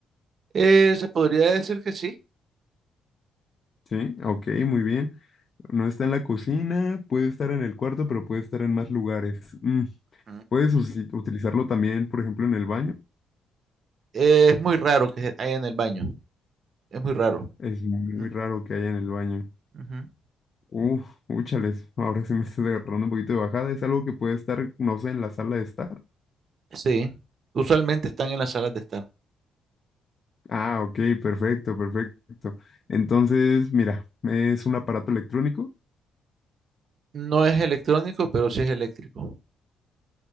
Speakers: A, on the right; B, on the left.
A: Eh, se podría decir que sí.
B: Sí, ok, muy bien. No está en la cocina, puede estar en el cuarto, pero puede estar en más lugares. Mm,
A: Ujú.
B: Puedes usi- utilizarlo también, por ejemplo, en el baño.
A: Eh, es muy raro que haya en el baño. Es muy raro.
B: Es muy
A: Ujú,
B: raro que haya en el baño.
A: ujú.
B: Uf, úchales, ahora sí me estoy agarrando un poquito de bajada. Es algo que puede estar, no sé, en la sala de estar.
A: Sí, usualmente están en las salas de estar.
B: Ah, ok, perfecto, perfecto. Entonces, mira, es un aparato electrónico.
A: No es electrónico, pero sí es eléctrico.